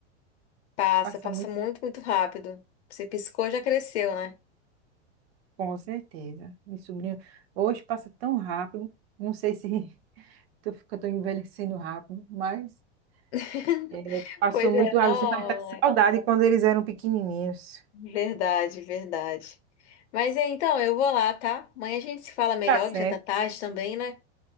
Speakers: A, on the left; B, on the right.
A: Passa,
B: passa
A: passa
B: muito
A: muito, muito rápido. Você piscou, já cresceu, né?
B: Com certeza. Meu sobrinho hoje passa tão rápido. Não sei se <laughs> tô, fi- que tô envelhecendo rápido, mas
A: <laughs>
B: é, passou
A: Pois
B: muito
A: é,
B: rápido.
A: não.
B: Você vai estar
A: é.
B: saudade quando eles eram pequenininhos.
A: Verdade, verdade. Mas é, então, eu vou lá, tá? Amanhã a gente se fala melhor,
B: Tá certo,
A: que já tá tarde também, né?